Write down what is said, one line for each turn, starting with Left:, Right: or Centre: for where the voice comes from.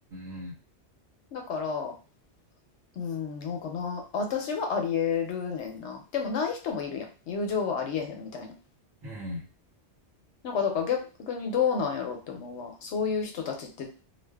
Right: ん
Left: だから、うん、なんかな、私はありえるねんな。でもない人もいるやん。友情はありえへんみたいな。
Right: うんうん
Left: なんかだから逆にどうなんやろうって思うわ。そういう人たちって